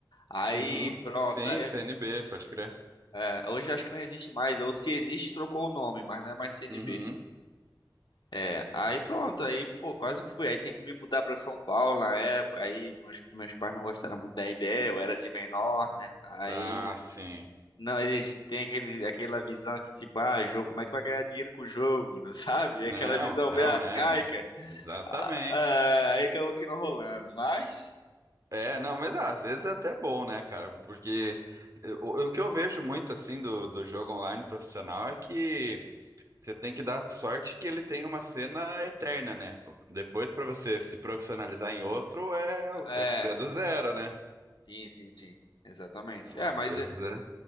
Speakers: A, on the left; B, on the right.
A: Aí,
B: Uhum.
A: pronto,
B: Sim,
A: aí
B: C N B pode crer.
A: é, hoje acho que não existe mais. Ou se existe, trocou o nome, mas não é mais CNB.
B: Uhum.
A: É, aí pronto, aí, pô, quase fui. Aí tinha que me mudar pra São Paulo na época. Aí meus, meus pais não gostaram muito da ideia, eu era de menor, né? Aí.
B: Ah, sim.
A: Não, eles têm aquele, aquela visão que, tipo, ah, jogo, como é que vai ganhar dinheiro com o jogo? <laughs> Não sabe?
B: Não,
A: Aquela visão
B: então
A: bem arcaica.
B: é, mas- exatamente.
A: Ah, ah, aí acabou que não rolando, mas.
B: É, não, mas ah, às vezes é até bom, né, cara? Porque eh, o, o que eu vejo muito assim do, do jogo online profissional é que você tem que dar sorte que ele tenha uma cena eterna, né? Depois, pra você se profissionalizar em outro, é, o
A: É,
B: teto- é do zero, né?
A: sim, sim, sim. Exatamente.
B: Então,
A: É,
B: às
A: mas.
B: vezes
A: é,
B: é.